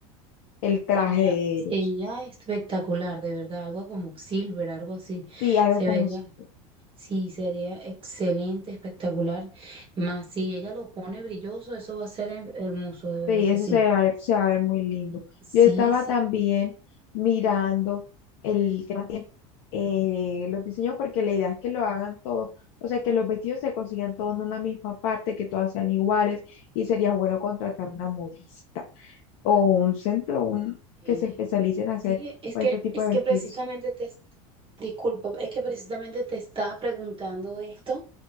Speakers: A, on the left; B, on the right.
A: el traje
B: Sería,
A: de
B: sería
A: ellos.
B: espectacular, de verdad, algo como silver, algo así.
A: Sí, algo
B: Se
A: como
B: vería,
A: si
B: sí, sería excelente, espectacular. Más si ella lo pone brilloso, eso va a ser her- hermoso, de verdad
A: Sí,
B: que
A: eso
B: sí.
A: se va, a- se va a ver muy lindo.
B: Sí,
A: Yo estaba
B: sí.
A: también mirando el tema de eh, los diseños porque la idea es que lo hagan todos, o sea, que los vestidos se consigan todos en una misma parte, que todas sean iguales y sería bueno contratar una modista o un centro un,
B: eh,
A: que se especialice en hacer
B: Sí, es
A: pues,
B: que,
A: este tipo
B: es
A: de vestidos.
B: que precisamente te, disculpa, es que precisamente te estaba preguntando esto